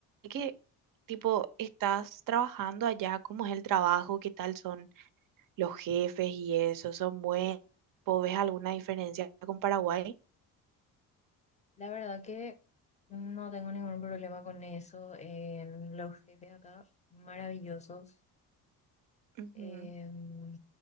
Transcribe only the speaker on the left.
La verdad que no tengo ningún problema con eso. en los jefes acá, maravillosos.
Em,